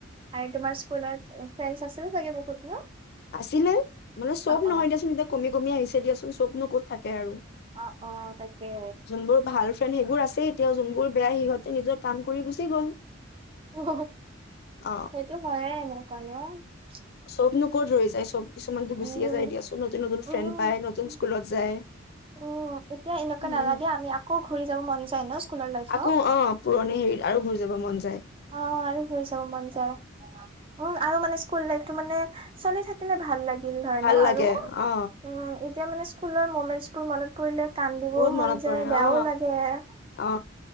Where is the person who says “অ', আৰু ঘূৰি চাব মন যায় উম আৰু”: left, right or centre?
Right